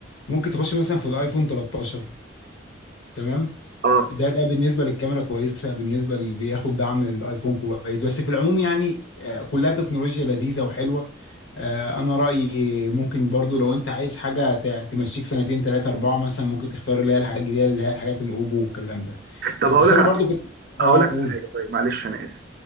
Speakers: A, on the left; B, on the right.
A: ممكن تخش مثلا في الايفون 13 تمام
B: اه
A: ده ده بالنسبه للكاميرا كويسه بالنسبه اللي بياخد دعم الايفون كويس بس في العموم يعني آه، كلها تكنولوجيا لذيذه وحلوه آه، انا رايي ممكن برضو لو انت عايز حاجه ت- تمشيك سنتين ثلاثه اربعه مثلا ممكن تختار اللي هي الحاجات الجديده اللي هي الحاجات الاوبو والكلام ده
B: طب هقول
A: بس
B: لك
A: انا
B: على
A: برضو
B: حاجه
A: كنت اه
B: هقول لك
A: قول
B: على حاجه طيب معلش انا اسف